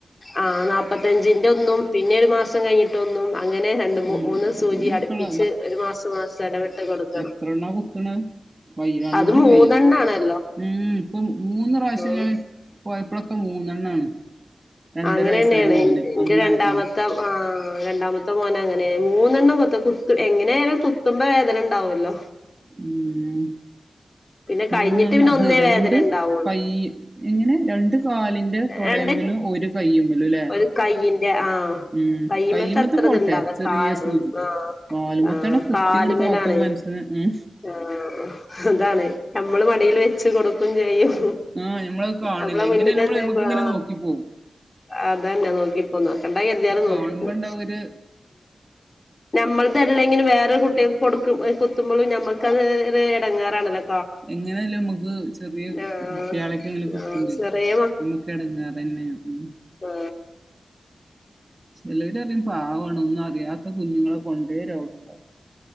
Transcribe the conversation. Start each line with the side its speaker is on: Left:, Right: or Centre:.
Left: ആ നാല്പ്പത്തഞ്ചിന്റെ ഒന്നും പിന്നെ ഒരു മാസം കഴിഞ്ഞിട്ടൊന്നും അങ്ങനെ രണ്ട്
Right: ഉം
Left: മൂന്ന് സൂചി
Right: ഇനിപ്പള്ള
Left: അടുപ്പിച്ച് ഒരു മാസം മാസം എ ടവിട്ട് കൊടുക്കും
Right: എത്രണ്ണമാ കുത്തണ് കൈ രണ്ട്
Left: അത് മൂന്നെണ്ണാണല്ലോ
Right: കൈ ഉം ഇപ്പൊ മൂന്ന് പ്രാവശ്യം
Left: ആഹ്
Right: ഞാൻ പോയപ്പളൊക്കെ മൂന്നെണ്ണാണ് രണ്ടര
Left: അങ്ങനെ
Right: വയസ്സായ
Left: തന്നെയാണ്
Right: മോന്
Left: എന്റെ
Right: അന്ന്
Left: രണ്ടാമത്തെ
Right: ആഹ്
Left: ആ രണ്ടാമത്തെ മോനെ അങ്ങനെ മൂന്നെണ്ണം കുത്ത് എങ്ങനെ ആയാലും കുത്തുമ്പോ വേദന ഉണ്ടാവുമല്ലോ
Right: ഉം
Left: പിന്നെ കഴിഞ്ഞിട്ട്
Right: മൂന്നെണ്ണാ
Left: പിന്നെ ഒന്നേ
Right: രണ്ട്
Left: വേദന ഉണ്ടാവുള്ളൂ
Right: കയ്യ് എങ്ങനെ രണ്ട് കാലിന്റെ തൊടെമില്
Left: രണ്ട്
Right: ഒരു കയ്യ്മിലുല്ലേ
Left: ഒരു കൈയിന്റെ ആ
Right: ഉം
Left: കൈമത്തെ
Right: കയുമ്മത്തെ
Left: അത്ര
Right: പോട്ടെ
Left: ഇത്ണ്ടാവൂല
Right: ചെറിയ
Left: കാല്
Right: സൂചി
Left: ആ
Right: കാലുമത്തന്നെ
Left: ആ
Right: കുത്തിങ്ങട്ട്
Left: കാലുമേലാണ്
Right: താത്തും മനുഷ്യനെ മ്
Left: ആ അതാണ് നമ്മള് മടിയിൽ വെച്ച് കൊടുക്കും ചെയ്യും
Right: ആഹ് ഞമ്മളത് കാണില്ല
Left: അപ്പള മുന്നിന്നങ്ങ്
Right: എങ്ങനെ നമ്മള് നമ്മക്ക് ഇങ്ങനെ
Left: ആ
Right: നോക്കി പോവും
Left: അതന്നെ നോക്കിപ്പോ നോക്കണ്ട കരുതിയാലും
Right: കാണുമ്പോ
Left: നോക്കിപ്പോവും
Right: ഇണ്ടാവും ഒരു
Left: നമ്മ ളതല്ലെങ്കിലും വേറെ കുട്ടികക്ക് കൊടുക്കും കുത്തുമ്പോഴും നമുക്കത് ത് ഇടങ്ങേറാണല്ലോ
Right: എങ്ങനെയല്ലേ മുക്ക് ചെറിയ
Left: ആഹ്
Right: കുട്ടിയാളെക്കെ ഇങ്ങനെ കുത്തുമ്പേ
Left: ആഹ് ചെറിയ
Right: മ്മുക്ക് എടങ്ങേറേ നു പിന്നെയും ഉം
Left: ആ
Right: ചെലവരറയും പാവാണോ ഒന്നു അറിയാത്ത കുഞ്ഞുങ്ങളെ കൊണ്ടേ രോഗണ്ടാവൂ